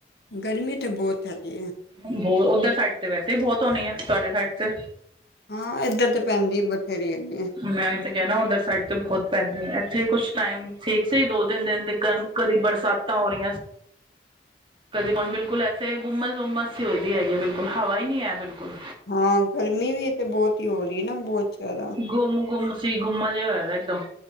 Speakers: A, on the left (about 60°); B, on the right (about 30°).
A: ਗਰਮੀ ਤਾਂ ਬਹੁਤ ਹੈਹੀ ਹੈ।
B: ਬਹੁਤ ਉਧਰ ਸਾਈਡ ਤੇ ਵੈਸੇ ਵੀ ਬਹੁਤ ਹੋਣੀ ਆ ਤੁਹਾਡੇ ਸਾਈਡ ਤੇ।
A: ਹਾਂ ਇੱਧਰ ਤੇ ਪੈਂਦੀ ਬਥੇਰੀ ਅੱਗੇ।
B: ਮੈਂ ਵੀ ਤਾਂ ਕਹਿਣਾ ਉੱਧਰ ਸਾਈਡ ਤੇ ਬਹੁਤ ਪੈਂਦੀ ਆ, ਇੱਥੇ ਕੁਛ ਟਾਈਮ ਠੀਕ ਸੀ ਦੋ ਤਿੰਨ ਦਿਨ ਦੇ ਕ ਕਦੀ ਬਰਸਾਤ। ਹੋ ਰਹੀਆਂ ਸੀ। ਕਦੇ ਕਣ ਬਿਲਕੁਲ ਐੇ ਹੂੰਮਸ-ਹੂੰਮਸ ਸੀ ਹੋ ਰਈ ਹੈਗੀ ਬਿਲਕੁਲ ਹਵਾ ਈ ਨੀ ਹੈ ਬਿਲਕੁਲ।
A: ਹਾਂ ਗਰਮੀ ਵੀ ਏਥੇ ਬੋਤ ਈ ਹੋ ਰਹੀ ਨਾ ਬੋਤ ਜ਼ਿਆਦਾ।
B: ਗੁੰਮ-ਗੁੰਮ ਸੀ ਗੁੰਮਾ ਜਿਆ ਹੋਇਆ ਇੱਕਦਮ।